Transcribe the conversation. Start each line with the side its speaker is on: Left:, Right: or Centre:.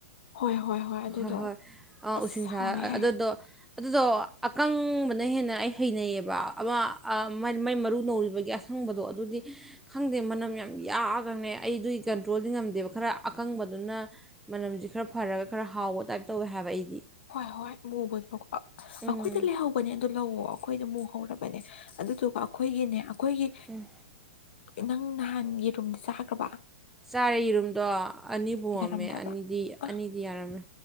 Left: ꯍꯣꯏ ꯍꯣꯏ ꯑꯗꯨꯗꯣ
Centre: ꯍꯣꯏ ꯍꯣꯏ ꯑꯥ
Left: ꯑꯁ
Centre: ꯎꯁꯤꯡꯁ
Left: ꯍꯥꯎꯋꯦꯍꯦ
Centre: ꯑꯗꯨꯗꯣ ꯑꯗꯨꯗꯣ ꯑꯀꯪꯕꯅ ꯍꯦꯟꯅ ꯑꯩ ꯍꯩꯅꯩꯌꯦꯕ ꯑꯃ ꯃꯥꯏ ꯃꯔꯨ ꯅꯧꯔꯤꯕꯒꯤ ꯑꯁ ꯈꯪꯕꯗꯣ ꯑꯗꯨꯗꯤ ꯈꯪꯗꯦ ꯃꯅꯝ ꯌꯥꯝ ꯌꯥꯛꯑꯒꯅꯦ ꯑꯩ ꯑꯗꯨꯒꯤ ꯀꯟꯇ꯭ꯔꯣꯜꯗꯤ ꯉꯝꯗꯦꯕ ꯈꯔ ꯑꯀꯪꯕꯗꯨꯅ ꯃꯅꯝꯁꯤ ꯈꯔ ꯐꯔꯒ ꯈꯔ ꯍꯥꯎꯕ ꯇꯥꯏꯞ ꯇꯧꯋꯦ ꯍꯥꯏꯕ ꯑꯩꯗꯤ
Left: ꯍꯣꯏ ꯍꯣꯏ ꯑꯃꯨꯕꯗꯣ ꯑꯩꯈꯣꯏꯗ
Centre: ꯎꯝ
Left: ꯂꯩꯍꯧꯕꯅꯦ ꯑꯗꯨ ꯂꯧꯋꯣ ꯑꯩꯈꯣꯏꯗ ꯃꯨ ꯍꯧꯔꯕꯅꯦ ꯑꯗꯨꯗꯨꯒ ꯑꯩꯈꯣꯏꯒꯤꯅꯦ ꯑꯩꯈꯣꯏꯒꯤ
Centre: ꯎꯝ
Left: ꯅꯪ ꯅꯍꯥꯟ ꯌꯦꯔꯨꯝ ꯆꯥꯈ꯭ꯔꯕ
Centre: ꯆꯥꯔꯦ ꯌꯦꯔꯨꯝꯗꯣ ꯑꯅꯤ ꯄꯨꯃꯝꯃꯦ
Left: ꯌꯥꯔꯝꯗꯕ꯭ꯔꯥ
Centre: ꯑꯅꯤꯗꯤ
Left: ꯑ
Centre: ꯑꯅꯤꯗꯤ ꯌꯥꯔꯝꯃꯦ